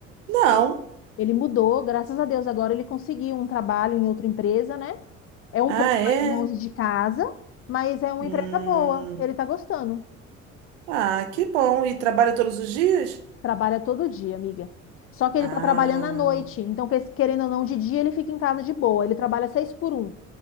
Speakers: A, on the right (about 65°); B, on the left (about 35°).
A: Não.
B: Ele mudou, graças a Deus, agora ele conseguiu um trabalho em outra empresa, né? É um
A: Ah,
B: pouco
A: é?
B: mais longe de casa, mas é uma
A: Hum.
B: empresa boa. Ele tá gostando.
A: Ah, que bom. E trabalha todos os dias?
B: Trabalha todo dia, amiga. Só que ele
A: Ah,
B: tá trabalhando à noite, então que- querendo ou não, de dia ele fica em casa de boa. Ele trabalha seis por um.